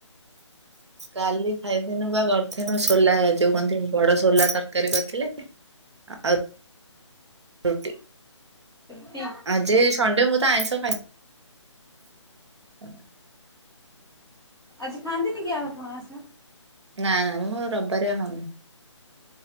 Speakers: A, on the right; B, in the centre.
A: କାଲି ଖାଇଥିନୁ ବା କରିଥିନୁ ସୋଲା ଯୋଉ କନ୍ତି ବଡ଼ ସୋଲା ତରକାରି। <unintelligible> କରିଥିଲେ ଆଉ
B: ରୁଟି।
A: ଆଜି ସଣ୍ଡେ ମୁଁ ତ ଆଇଁଷ <unintelligible>
B: ଆଜି ଖାଆନ୍ତିନି କି ଆଉ ଆପଣ ଆସ
A: ନା ନା ମୁଁ ରବିବାର ଖାଉନି।